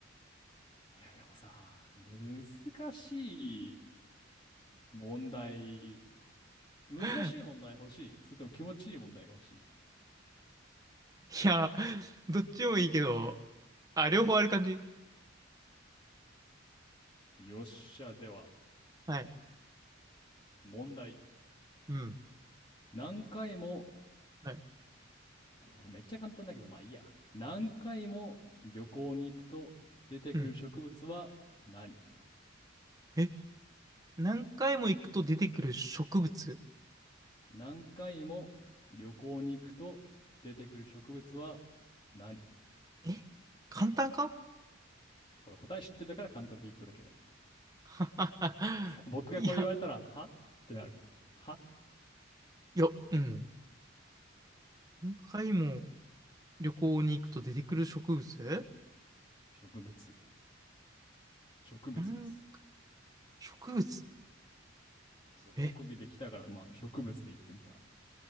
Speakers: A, on the left; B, on the right.
A: いやでもさ、難しい。問題、難しい問題欲しい。
B: <laughs>
A: それとも気持ちいい問題が欲し
B: いや、どっちもいいけど、あ、両方ある感じ
A: い。よっしゃ、では、
B: はい。
A: 問題。
B: うん。
A: 何回も、
B: はい。
A: あでもこれめっちゃ簡単だけど、まあいいや。何回も旅行に行くと出てくる植物は何
B: うん。え、何回も行くと出てくる植物
A: 何回も旅行に行くと出てくる植物は何
B: え簡単か
A: これ答え知ってるだから簡単って言っただけね。
B: <laughs>
A: 僕がこれ言われたら、
B: いや、
A: はってなる。は
B: いや、うん。何回も旅行に行くと出てくる植物
A: 植物。植物です。
B: 何植物
A: そう、
B: え
A: 特技できたから、まあ植物で言ってみた。